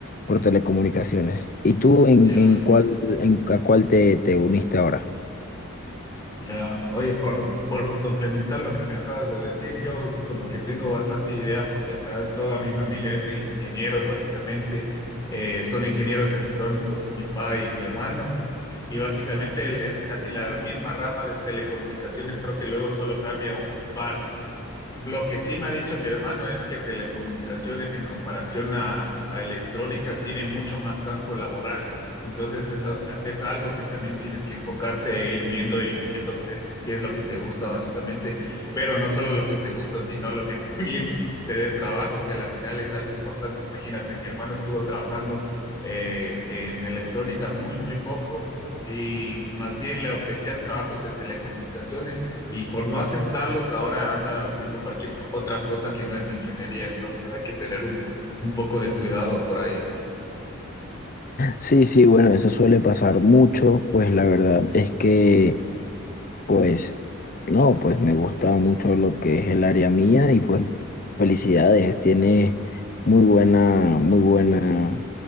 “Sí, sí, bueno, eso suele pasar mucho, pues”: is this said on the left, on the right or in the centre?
Left